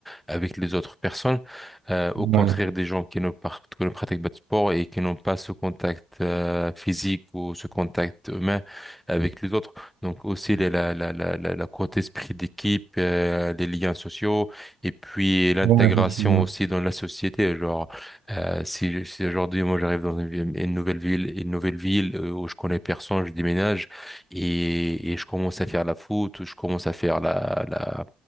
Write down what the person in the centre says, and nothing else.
avec les autres personnes, euh, au contraire
des gens qui ne, par- qui ne pratiquent pas de sport et qui n'ont pas ce contact, euh, physique ou ce contact humain avec les autres. Donc aussi la, la, la, la, la la côté esprit d'équipe, euh, les liens sociaux et puis l'intégration
aussi dans la société. Genre, euh, si, si aujourd'hui moi j'arrive dans une, ville- une nouvelle ville, une nouvelle ville euh, où je connais personne, je déménage et, et je commence à faire la foot, ou je commence à faire la, la,